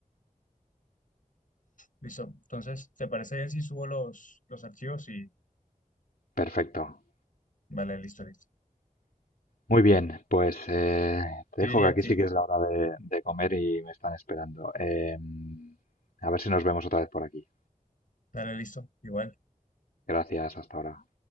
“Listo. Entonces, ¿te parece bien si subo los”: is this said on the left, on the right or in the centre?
Left